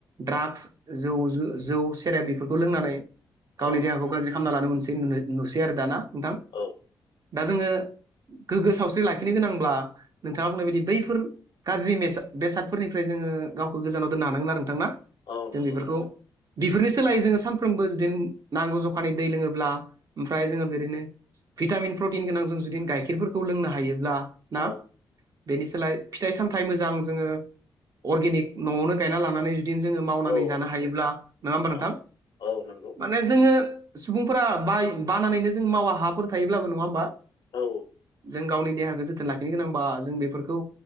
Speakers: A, on the right (about 45°); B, on the left (about 70°).
A: ड्राकस जौ सेरेब बेफोरखौ लोंनानै गावनि
B: औ
A: देहाखौ गाज्रि खालामना लानो मोनसै नुसै आरो दा ना नोंथां
B: औ
A: दा जोङो गोग्गो सावस्रि लाखिनो गोनांब्ला नोंथाङा बुंनाय बायदि बैफोर गाज्रिद बेसादफोरनिफ्राय जों ङो गावखौ गोजानाव दोननो हानांगोन आरो नोंथां ना
B: औ
A: जों
B: नंगौ
A: बेफोरखौ
B: नोंथां
A: बेफोरनि सोलायै जो सानफ्रोमबो बिदिनो नांगौ जखानि दै लोङोब्ला ओमफ्राय जोङो बिरैनो भिटामिन प्रटिन गोनां जों जुदि गाइखेरफोरखौ लोंनो हायोब्ला ना
B: औ
A: बेनि सोलाय फिथाइ सामथाइ मोजां जोङो अर्गेनिक न'वावनो गायना लानानै जोङो मावनानै
B: औ
A: जानो
B: नंगौ
A: हायोब्ला नङा होमबा नोंथां
B: औ औ नंगौ
A: माने जोङो सुबुंफोरा बाय बानानैनो जों मावा हाफोर थायोब्लाबो नङा होमबा
B: औ
A: जों गावनि देहाखौ जोथोन लाखिनो गोनांबा जों बेफोरखौ